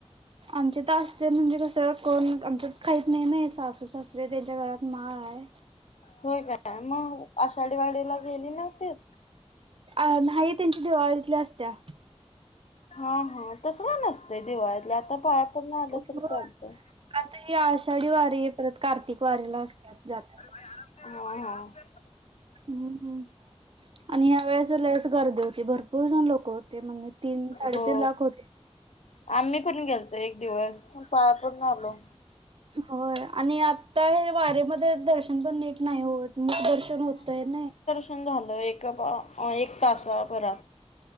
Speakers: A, on the right; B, on the left.
A: आमच्या इथं असते. म्हणजे कसं कोण आमच्यात खाईत नाय ना, सासू सासरे त्यांच्या गळ्यात माळ हाय.
B: होय काय मग, आषाढीवाडीला गेली नव्हतीत.
A: अ नाही, त्यांच्या दिवाळीतली असत्या
B: हा हा, तस काय नसतंय दिवाळीतल्या, आता पाया पडून आलं
A: होय.
B: तर चालतं.
A: आता ही आषाढी वारी, परत कार्तिक वारीला असत्यात जात्यात.
B: हा हा
A: हूं हूं, आणि वेळेस लयचं अस गर्दी होती. भरपूर जन लोक होते. म्हणे, तीन साडे
B: हो
A: तीन लाख होते.
B: आम्ही पण गेलतो. एक दिवस म पाया पडून आलो.
A: होय. आणि आता हे वारीमध्ये दर्शन पण निट नाही होत. मुख दर्शन होतय नाय
B: पण झालो, एक ब एक तासा भरा